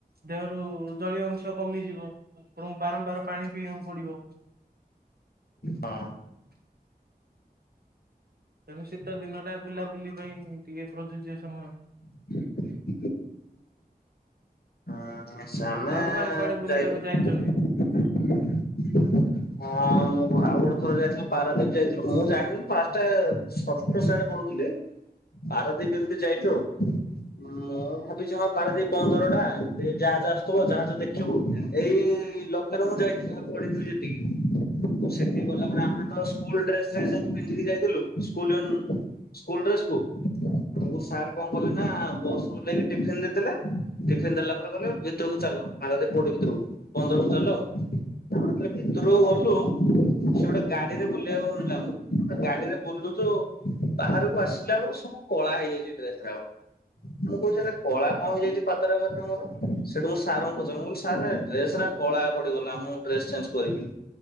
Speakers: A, on the right; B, on the left.
A: ଦେହରୁ ଜଳୀୟ ଅଂଶ କମିଯିବ ଆପଣଙ୍କୁ ବାରମ୍ବାର ପାଣି ପିଇବାକୁ ପଡ଼ିବ।
B: ହଁ।
A: ତେଣୁ ଶୀତ ଦିନ ଟା ବୁଲାବୁଲି ପାଇଁ ଟିକେ ପ୍ରଯୁଜ୍ୟ ସମୟ।
B: <inaudible> ହଁବହଁ ସେ ଆମେ
A: ଆଉ କୁଆଡେ କୁଆଡେ ବୁଲିବାକୁ
B: ଯାଇଥିଲୁ
A: ଯାଇଛନ୍ତି?
B: <inaudible> ହଁ ମୁଁ ଆଉ ଗୋଟେ ଥର ଯାଇଥିଲି ପାରାଦ୍ୱୀପ ଯାଇଥିଲୁ ମୁଁ ଜାଣିନି ଫା ଷ୍ଟ ସପ୍ତ ସେଣୀ ପଢୁଥିଲି ପାରାଦୀପ ଏମିତି ଯାଇଚୁ ମୁଁ ଭାବିଛି ହଁ ପାରାଦୀପ ବନ୍ଦର ଟା। ଏମିତି ଜାହାଜ ଆସୂଥିବ ଜାହାଜ ଦେଖିବୁ ଏଇ ଲୋକ୍ଷରେ ମୁଁ ଯାଇଥିଲି ପଳେଇଥିଲି ସେଟିକି। ସେଠି ଗଲା ପରେ ଆମେ ତ ସ୍କୁଲ୍ ଡ୍ରେସ୍ ସେ ଯୋ ପିନ୍ଧିକି ଯାଇଥିଲୁ ସ୍କୁଲ୍ ୟୁନ୍ ସ୍କୁଲ ଡ୍ରେସ୍ କୁ ମୁ ସାର୍ କଣ କଲେ ନା ବସ୍ ରୁ ଓଲ୍ହେଇକି ଟିଫିନ୍ ଦେଇଦେଲେ ଟିଫିନ୍ ଦେଲା ପରେ କଲେ ଭିତରକୁ ଚାଲ ପାରାଦୀପ୍ ପୋଟ ଭିତରକୁ ବନ୍ଦରକୁ ଚାଲ। ଆମେ ସେ ଭିତୁରୁ ଗଲୁ ସେ ଗୋଟେ ଗାଡ଼ିରେ ବୁଲେଇବାକୁ ନେଲା ଆମୂକୁ ଗାଡ଼ିରେ ବୁଲୁଚୁ ବାହାରକୁ ଆସିଲା ବେଳକୁ ସବୁ କଳା ହେଇଯାଇଚି ଡ୍ରେସ୍ ଉରାକ। ମୁଁ କୋଉଚି ଏରା କଳା କଣ ହେଇଯାଇଚି ପା ପାଦ ରାକ ଏତେ ମୋର ସେଠୁ ମୁ ସାର୍ ଙ୍କୁ ପଚାରିଲି ମୁଁ କହିଲି ସାରେ ଡ୍ରେସ୍ ରା କଳା ପଡ଼ିଗଲା ମୁଁ ଡ୍ରେସ ଚେଞ୍ଜ୍ କରିବି।